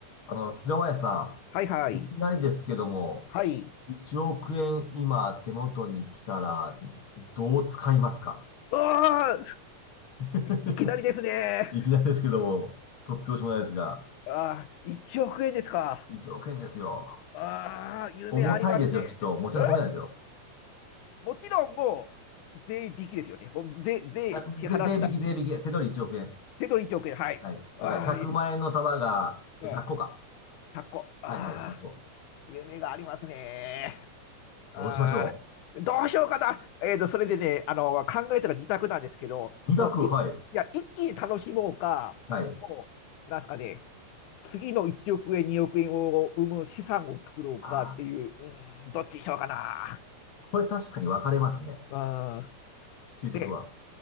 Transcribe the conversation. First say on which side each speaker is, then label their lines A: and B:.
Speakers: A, on the left; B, on the left.
A: あの、平林さ
B: はいはい。
A: ん、いきなりですけども、
B: はい。
A: 1億円今手元に来たら、どう使いますか
B: ああ、
A: <laughs>
B: いきなりですね。
A: いきなりですけども、突拍子もないですが、
B: ああ、1億円ですか。
A: 1億円ですよ。
B: ああ、夢ありますね。
A: 重たいですよ、きっと。持ち運べないですよ。
B: えもちろんもう、税引きですよね。もう税、税支払った。
A: あ、ぜ、税引き、税引き。手取り1億円。
B: 手取り1億円。はい。
A: はい。
B: ああ、
A: だから100万円の束が、
B: い
A: え100個か。
B: ああ100個。ああ、
A: はいはい、1個。
B: 夢がありますね。ああ、
A: どうしましょ
B: どうしようかな。えっと、それでね、あの、考えたら二択なんですけど、
A: う。2択、
B: もうい、
A: はい。
B: いや、一気に楽しもうか、
A: はい。
B: もう、なんすかね、次の1億円、2億円を生む資産を作ろうかっていう、
A: あー
B: うん、どっちにしようかな。
A: これ確かに分かれますね。
B: うん、
A: 究極は。
B: で、